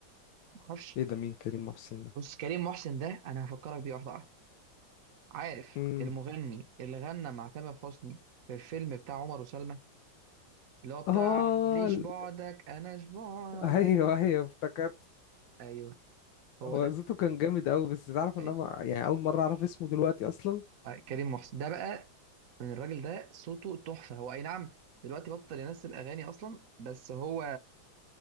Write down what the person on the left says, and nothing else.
ايه ده مين كريم محسن ده
امم
اه
<laughs> ال-
ايوه
ايوه افتكرت
هو
صوته كان جامد قوي بس تعرف ان
انا ما- يعني اول مره اعرف اسمه دلوقتي اصلا